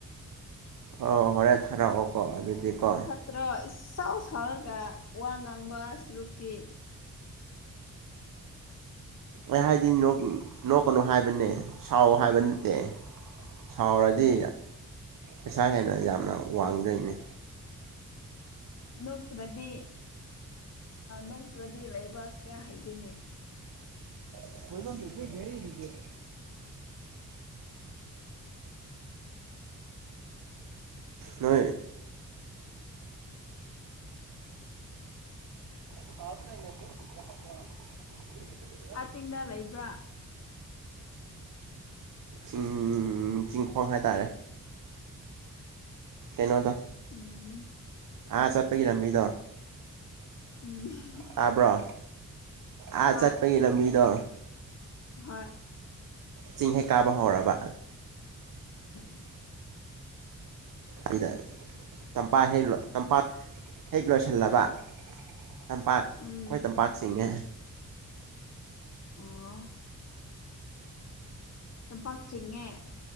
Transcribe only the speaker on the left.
ꯇ꯭ꯔꯣ ꯏꯁꯥꯎ ꯁꯥꯎꯔꯒ ꯋꯥ ꯉꯥꯡꯕ ꯁꯨꯔꯨꯛꯇꯤ
ꯅꯣꯛꯇ꯭ꯔꯗꯤ ꯅꯣꯛꯇ꯭ꯔꯗꯤ ꯂꯩꯕꯥꯛ ꯀꯌꯥ ꯍꯩꯗꯣꯏꯅꯤ
ꯀꯥꯛꯆꯤꯡꯗ ꯂꯩꯕ꯭ꯔꯥ
ꯎꯝ
ꯎꯝ
ꯍꯣꯏ
ꯍꯣꯏ
ꯎꯝ
ꯎꯝ
ꯑꯥ ꯄꯥꯆꯦꯉꯦ